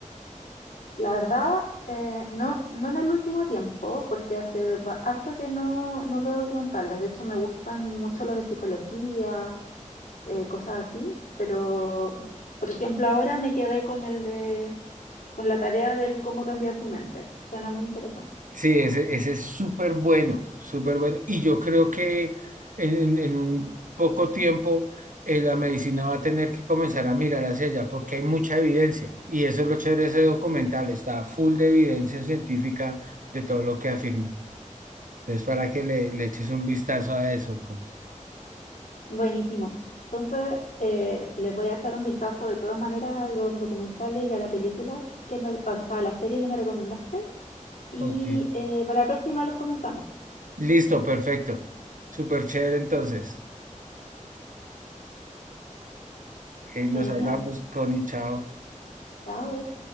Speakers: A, on the left; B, on the right.
A: La verdad, eh, no, no en el último tiempo, porque hace ba- harto que no, no veo documentales. De hecho, me gustan mucho los de psicología, eh, cosas así, pero, por ejemplo, ahora me quedé con el de, con la tarea del cómo cambiar tu mente. Suena muy interesante.
B: Sí, ese, ese es súper bueno, súper bueno. Y yo creo que en, en un poco tiempo eh, la medicina va a tener que comenzar a mirar hacia allá porque hay mucha evidencia. Y eso es lo chévere de ese documental, está full de evidencia científica de todo lo que afirma. Entonces, para que le, le eches un vistazo a eso, Connie.
A: Buenísimo. Entonces, eh, les voy a echar un vistazo de todas maneras a los documentales y a la película que me, o sea, a la serie que me recomendaste. Y
B: Ok.
A: eh, para la próxima los comentamos.
B: Listo, perfecto. Súper chévere entonces. Ok,
A: Genial.
B: nos hablamos, Connie, chao.
A: Chao.